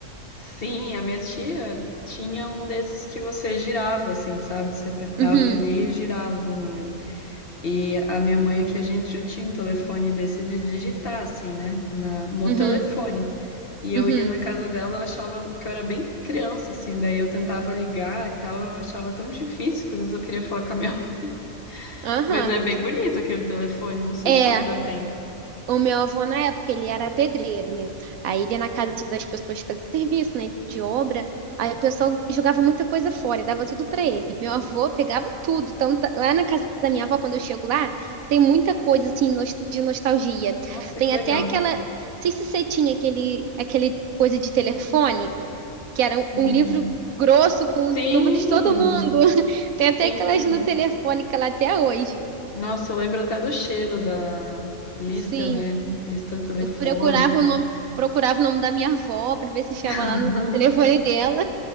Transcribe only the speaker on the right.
Uhum,
uhum,
uhum.
Aham.
É.
O meu avô, na época, ele era pedreiro, né? Aí ele ia na casa assim, das pessoas fazer serviço, né? De obra. Aí o pessoal jogava muita coisa fora e dava tudo pra ele. Meu avô pegava tudo. Então, tá- lá na casa da minha avó, quando eu chego lá, tem muita coisa assim nos- de nostalgia.
Tem
até aquela. Não sei se você tinha aquele, aquele coisa de telefone, que era um
um livro grosso com
o número de todo mundo. <laughs> Tem até
aquelas no telefone que lá até hoje.
Sim.
Eu procurava o nome, procurava o nome da minha avó pra ver se estava
lá no telefone dela.